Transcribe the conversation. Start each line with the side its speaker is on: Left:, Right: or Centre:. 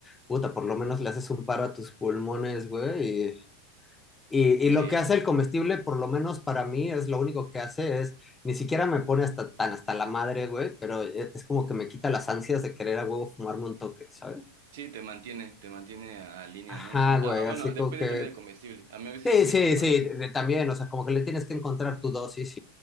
Left: puta, por lo menos le haces un paro a tus pulmones, güey. Y, y, y lo
Right: Sí,
Left: que hace el comestible, por lo menos para mí, es lo único que hace es, ni siquiera me pone hasta tan hasta la madre, güey, pero es, es como que me quita las ansias de querer a huevo fumarme un toque, ¿sabes?
Right: sí, te mantiene, te mantiene a, a línea,
Left: Ajá,
Right: ¿no? Sí.
Left: güey,
Right: Ah, ah, bueno,
Left: así
Right: depende
Left: como que...
Right: también del comestible. A mí a veces
Left: Sí,
Right: sí me
Left: sí,
Right: tumban.
Left: sí, de- de- también, o sea, como que le tienes que encontrar tu dosis